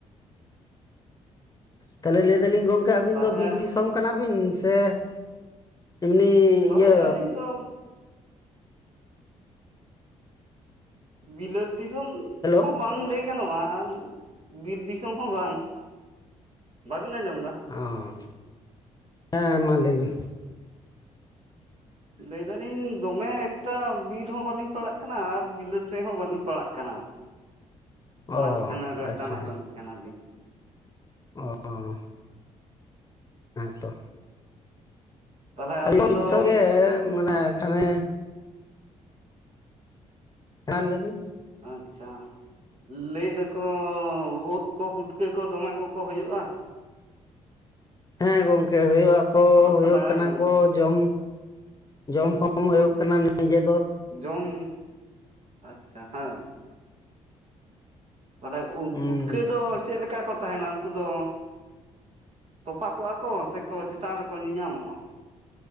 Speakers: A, on the left (about 25°); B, on the right (about 50°).
A: ᱛᱟᱞᱦᱮ ᱞᱟᱹᱭ ᱫᱟᱞᱤᱧ ᱜᱚᱝᱠᱮ ᱟᱵᱤᱱ
B: ᱛᱟᱞᱦᱮ
A: ᱫᱚ ᱵᱤᱨ ᱫᱤᱥᱚᱢ ᱚᱢ <inaudible> ᱠᱟᱱᱟ ᱵᱤᱱ ᱥᱮ ᱮᱢᱱᱤ
B: ᱦᱳᱭ
A: ᱤᱭᱟᱹᱻ
B: ᱟᱹᱞᱤᱧ ᱫᱚ ᱵᱤᱞᱟᱹᱛ ᱫᱤᱥᱚᱢ
A: ᱦᱮᱞᱳ
B: ᱦᱚᱸ ᱵᱟᱝ ᱞᱟᱹᱭ ᱜᱟᱱᱚᱜᱼᱟ ᱵᱤᱨ ᱫᱤᱥᱚᱢ ᱦᱚᱸ ᱵᱟᱝ᱾ ᱵᱟᱵᱤᱱ ᱟᱸᱡᱚᱢ ᱮᱫᱟ᱾
A: ᱚᱸᱻ ᱦᱮᱸ ᱢᱟ ᱞᱟᱹᱭ ᱵᱤᱱ
B: ᱞᱟᱹᱭ ᱫᱟᱞᱤᱧ ᱫᱚᱢᱮ ᱮᱠᱴᱟ ᱵᱤᱨ ᱦᱚᱸ ᱵᱟᱹᱞᱤᱧ ᱯᱟᱲᱟᱜ ᱠᱟᱱᱟ ᱟᱨ ᱵᱤᱞᱟᱹᱛ ᱥᱮᱫ ᱦᱚᱸ ᱵᱟᱹᱞᱤᱧ ᱯᱟᱲᱟᱜ ᱠᱟᱱᱟ᱾
A: ᱚ
B: ᱢᱟᱪ ᱠᱷᱟᱱᱮ ᱨᱮ
A: ᱟᱪᱪᱷᱟ
B: ᱴᱟᱱᱟ ᱴᱟᱹᱱᱤᱜ ᱠᱟᱱᱟ ᱞᱤᱧ
A: ᱚᱸ <inaudible> ᱦᱮᱸᱛᱚ
B: ᱛᱟᱞᱦᱮ ᱟᱹᱵᱤᱱ
A: ᱟᱞᱤᱧ ᱢᱤᱫ
B: ᱫᱚ
A: ᱜᱮ <inaudible> ᱢᱟᱱᱮ ᱠᱷᱟᱱᱮ ᱦᱮᱸ ᱞᱟᱹᱭ ᱵᱤᱱ
B: ᱟᱪᱷᱟ ᱞᱟᱹᱭ ᱫᱟᱠᱚ ᱩᱫ ᱠᱚ ᱯᱩᱴᱠᱟᱹ ᱠᱚ ᱫᱚᱢᱮ ᱠᱚᱠᱚ ᱦᱩᱭᱩᱜᱼᱟ <inaudible>
A: ᱦᱮᱸ ᱜᱚᱢᱠᱮ ᱦᱩᱭᱩᱜ ᱟᱠᱚ
B: ᱟᱫᱚ
A: ᱦᱩᱭᱩᱜ
B: ᱛᱟᱦᱚᱞᱮ
A: ᱠᱟᱱᱟ ᱠᱚ ᱡᱚᱢ ᱡᱚᱢ ᱯᱷᱚᱢ <inaudible> ᱦᱩᱭᱩᱜ ᱠᱟᱱᱟ ᱱᱤᱡᱮ ᱫᱚ
B: ᱡᱚᱢ ᱟᱪᱷᱟ ᱦᱮᱸ᱾ ᱛᱟᱦᱞᱮ
A: ᱦᱩᱸ
B: ᱯᱩᱴᱠᱟᱹ ᱫᱚ ᱪᱮᱫ ᱞᱮᱠᱟ ᱠᱚ ᱛᱟᱦᱮᱱᱟ ᱩᱱᱠᱩ ᱫᱚ? ᱛᱚᱯᱟ ᱠᱚᱜᱼᱟ ᱠᱚ ᱥᱮ ᱠᱚ ᱪᱮᱛᱟᱱ ᱨᱮᱠᱚ ᱧᱮᱧᱟᱢᱚᱜᱼᱟ